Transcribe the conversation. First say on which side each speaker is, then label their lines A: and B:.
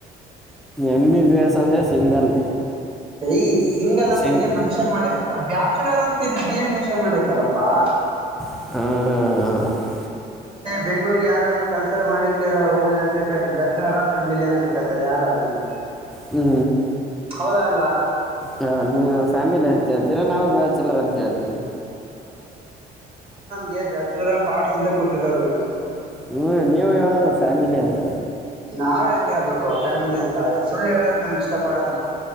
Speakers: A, in the centre; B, on the right.
A: ಎಮ ಬಿಬ್ಯಾಸ ಅಂದ್ರೆ ಸಿಂಗಲ್
B: ಯ ಸಿಂಗಲ್ ಅಂತ
A: ಸಿಂಗ್
B: ಎಲ್ಲಿ ಮನ್ಷ್ಯನ್ ಮಾಡಿಲಲ್ಲ ಬ್ಯಾಚುಲರ್ ಅಂತಿದ್ ಬಿ ಎಂಷ ಎ ಮಾಡೈತಲ್ಲಪ್ಪಾ ಹಾ
A: ಹ್ಮ ಹಾ ಹಾ
B: ಬೆಂಗ್ಳೂರ್ಗೆ ಯಾರಾದ್ರೂ ಕೆಲ್ಸ ಮಾಡಕ್ಕೆ ಹೋದ್ರೆ ಅಂತ ಫ್ಯಾಮಿಲಿ ಅಂತ ಸಿಕ್ಕತಾರೆ ಯಾರಾದ್ರನು
A: ಹ್ಞೂ
B: ಹೌದ ಅಲ್ಲ
A: ಹ ನೀವ ಫ್ಯಾಮಿಲಿ ಅಂತ ಹೇಳ್ತೀರ ನಾವವು ಬಳ ಚಲರ ಅಂತ ಹೇಳ್ತಿವಿ
B: ಗೆ ಬ್ಯಾಚುಲರ್ ಆಫ್ ಆರ್ಟ್ಸ್ ಅಂತ ಕೊಟ್ಟಿರೋದು
A: ನೀವು ನೀವು ಹೇಳೋದು ಫ್ಯಾಮಿಲಿ ಅಂತ
B: ನಾವ್ ಯಕೇಳ್ಬೇಕು ಫ್ಯಾಮಿಲಿ ಅಂತ ಸುಳ್ಳು ಹೇಳಕ್ ನಮ್ಗ್ ಇಷ್ಟ ಪಡಲ್ಲ